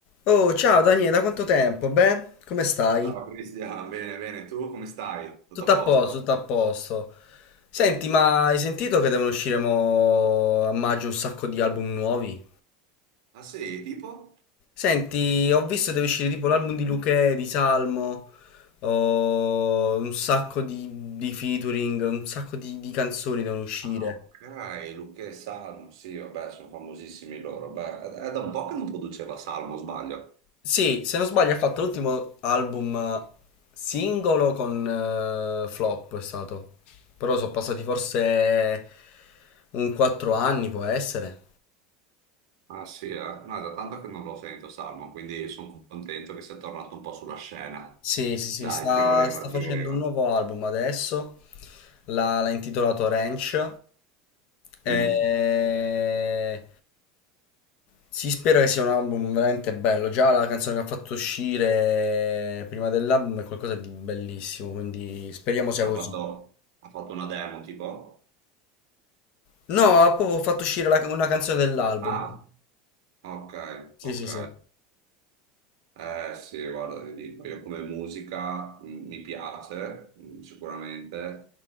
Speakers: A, on the left; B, on the right.
A: Oh, ciao Daniele, da quanto tempo? Beh, come stai?
B: Ciao Cristian, bene, bene, tu come stai? Tutto
A: Tutto
B: a posto?
A: a posto, tutto a posto. Senti, ma hai sentito che devono uscire mo a maggio un sacco di album nuovi?
B: Ah sì, tipo?
A: Senti, ho visto che deve uscire tipo l'album di Luchè, di Salmo, oh, un sacco di, di featuring, un sacco di, di canzoni devono uscire.
B: Ah ok, Luca e Salmo, sì, vabbè, sono famosissimi loro. Beh, è è da un po' che non produceva Salmo, sbaglio.
A: Sì, se non sbaglio ha fatto l'ultimo album eh, singolo con eh, Flop è stato. Però sono passati forse un 4 anni, può essere.
B: Ah sì, eh? No, è da tanto che non lo sento Salmo, quindi sono contento che sia tornato un po' sulla scena.
A: Sì, sì, sì,
B: Dai,
A: sta,
B: ci voleva,
A: sta
B: ci
A: facendo
B: voleva.
A: un nuovo album adesso. L'ha l'ha intitolato Ranch.
B: Mhm.
A: E... Si spera che sia un album veramente bello. Già la canzone che ha fatto uscire prima dell'album è qualcosa di bellissimo, quindi speriamo sia
B: Ha
A: così.
B: fatto, ha fatto una demo, tipo?
A: No, ha proprio fatto uscire la- una canzone dell'album.
B: Ah. Ok,
A: Sì,
B: ok.
A: sì, sì.
B: Eh sì, guarda, ti dico, io come musica mh, mi piace mh, sicuramente,